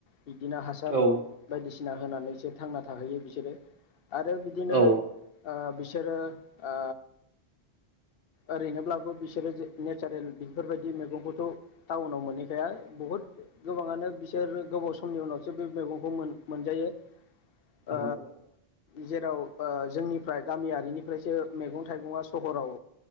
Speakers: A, on the left; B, on the right.
A: बिदिनो हासार
B: औ
A: बायदिसिना होनानैसो थांना थाहैयो बिसोरो आरो बिदिनो
B: औ
A: ओ बिसोरो ओ ओरैनोब्लाबो बिसोरो नेचारेल बेफोरबायदि मैगंखौथ' टाउनाव मोनहैखाया बहुद गोबाङानो बिसोरो गोबाव समनि उनावसो बे मैगं खौ मोन-मोनजायो। ओ
B: औ
A: जेराव। ओ जोंनिफ्राय गामियारिनिफ्रायसो मैगं थाइगंआ सहराव